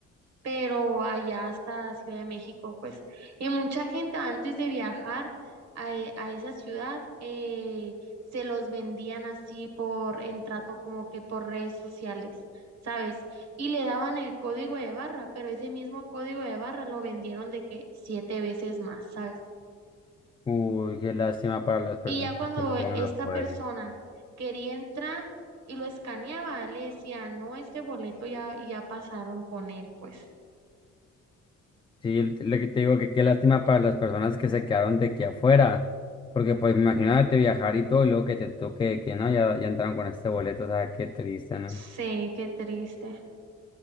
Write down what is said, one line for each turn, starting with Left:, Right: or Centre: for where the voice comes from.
Right: pero allá hasta Ciudad de México, pues, y mucha gente antes de viajar a, e- a esa ciudad eh, se los vendían así por en trato como que por redes sociales, ¿sabes? Y le daban el código de barra, pero ese mismo código de barra lo vendieron de que siete veces más, ¿sabes?
Left: Uy, qué lástima para las personas
Right: Y ya cuando
Left: que se quedaron
Right: esta
Left: afuera.
Right: persona quería entrar y lo escaneaba, le decía, no, este boleto ya, ya pasaron con él, pues.
Left: Sí, lo que te digo que qué lástima para las personas que se quedaron de aquí afuera, porque pues imagínate viajar y todo y luego que te toque que no, ya, ya entraron con este boleto, o sea, qué triste, ¿no?
Right: Sí, qué triste.